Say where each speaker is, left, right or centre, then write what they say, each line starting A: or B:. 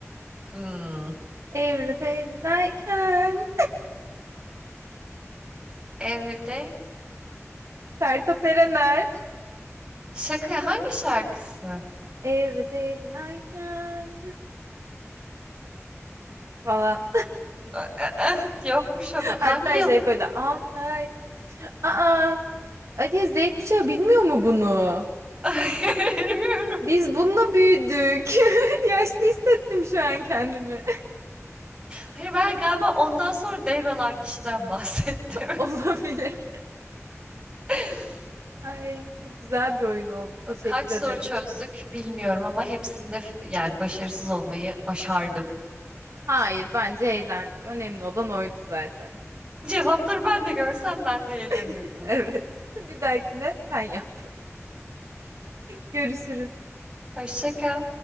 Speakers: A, on the right; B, on the right.
A: Hımm.
B: Every day that I can.
A: Evde
B: Sertab Erener.
A: Şaka hangi şarkısı?
B: <laughs> Every day that I can. <laughs> Falan.
A: A a ah, yokmuş o bak.
B: Hatta
A: Hangi yıl?
B: şey böyle Altay. Aa, Ali Z kuşağı bilmiyor mu bunu?
A: <laughs> Bilmiyorum.
B: Biz bununla büyüdük. <laughs> Yaşlı hissettim şu an kendimi.
A: Hani ben galiba ondan sonra devralan kişiden bahsettim.
B: <laughs> Olabilir.
A: <laughs>
B: Ay çok güzel bir oyun oldu. Teşekkür
A: Bak kaç
B: ederim.
A: soru çözdük bilmiyorum ama hepsinde f yani başarısız olmayı başardım.
B: Hayır, bence eğlendik. Önemli olan oydu zaten.
A: Cevapları ben de görsem ben de eğlenirdim.
B: <laughs> Evet. Bir dahakine sen yap. Görüşürüz.
A: Hoşça kal.